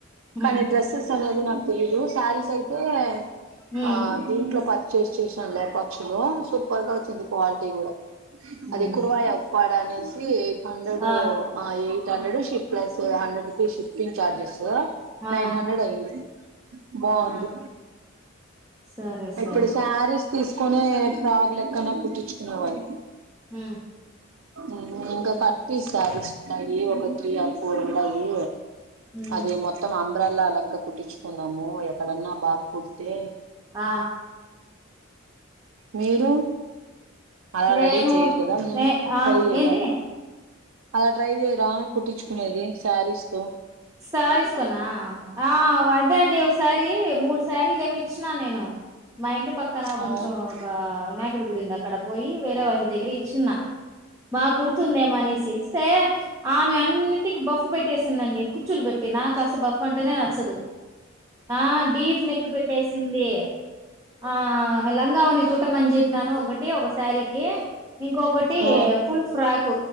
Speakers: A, on the right (about 15°); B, on the right (about 75°).
A: హ్మ్
B: కానీ డ్రెస్సెస్ అనేది నాకు లేదు శారీస్ అయితే
A: హ్మ్
B: ఆ దీంట్లో పాతు చెస్ <unintelligible> చూసానులే పక్షులు సూపర్ గా వచ్చింది క్వాలిటీ కూడా
A: హ్మ్
B: అది కురువయా వాడ అనేసి హండ్రెడు
A: ఆ
B: ఆ ఎయిట్ తండడుషి ప్లస్ హండ్రెడ్ రూపీస్ చార్జెస్
A: ఆ
B: నైన్ హండ్రెడ్ ఎయిట్ అ బాగుంది
A: ఆహా సరే సరే
B: ఇప్పుడు శారీస్ తీసుకునే ఫ్రాక్ లెక్కన కుట్టించుకునేవాలి
A: హ్మ్
B: ఉ <inaudible> ఇంకా కట్టిస్తారు అది త్రీ ఆర్ ఫోర్ ఉంటాయి
A: హ్మ్
B: అదే మొత్తం అమ్మి అమ్బ్రేల్లా లెక్క కుట్టించుకుందాము ఎక్కడన్నా బాగా కుడితే
A: ఆ
B: మీరు అలా
A: నేను
B: రెడీ చేయరు కదా మీరు
A: నే ఆ
B: ట్రై చేయరా
A: ఏంది
B: అలా ట్రై చేయరా కుట్టించుకునేది శారీస్ తో
A: శారీస్ తో నా ఆ అదే నండి ఒకసారి మూడు శారీస్ లేమన్నా ఇచ్చినా నేను మా ఇంటి పక్కన కొంచెం
B: ఆ
A: ఒక వినాయకుడి గుడింది అక్కడ పోయి వేరే వారి దగ్గర ఇచ్చి బాగా కుడుతుందేమో అనేసి ఇస్తే ఆమె అన్నిటికి బ కుట్టేసిందండి కుచులు పెట్టి నాకు కాస్త బప్ అంటేనే నచ్చదు వద్దు ఆ డీప్ నెక్ పెట్టేసింది ఆ లంగావని కుట్ కుట్టమని చెప్పినాను ఒకటి ఒకసారీకి ఇంకొకటి
B: ఆ
A: full frock